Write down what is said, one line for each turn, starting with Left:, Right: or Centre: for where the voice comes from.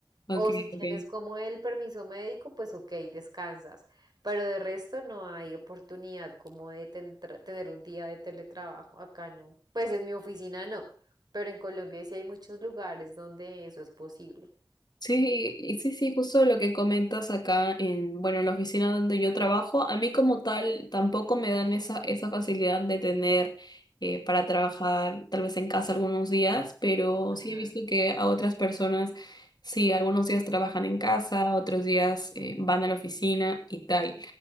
Left: ok,
Right: O si tienes
Left: ok.
Right: como el permiso médico, pues ok, descansas. Pero de resto no hay oportunidad como de ten- tra- tener un día de teletrabajo. Acá no. Pues en mi oficina no. Pero en Colombia sí hay muchos lugares donde eso es posible.
Left: Sí, y sí, sí, justo lo que comentas acá en, bueno, en la oficina donde yo trabajo, a mí como tal tampoco me dan esa, esa facilidad de tener eh, para trabajar tal vez en casa algunos días, pero
Right: Ajá.
Left: sí he visto que a otras personas, sí, algunos días trabajan en casa, otros días eh, van a la oficina y tal.